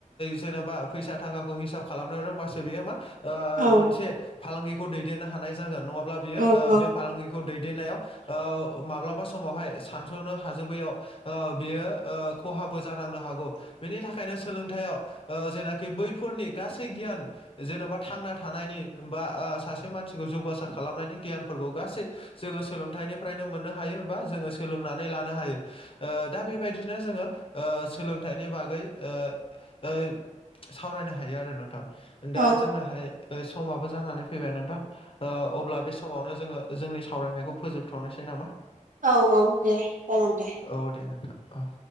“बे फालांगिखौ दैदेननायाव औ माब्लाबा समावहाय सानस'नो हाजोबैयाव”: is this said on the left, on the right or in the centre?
Left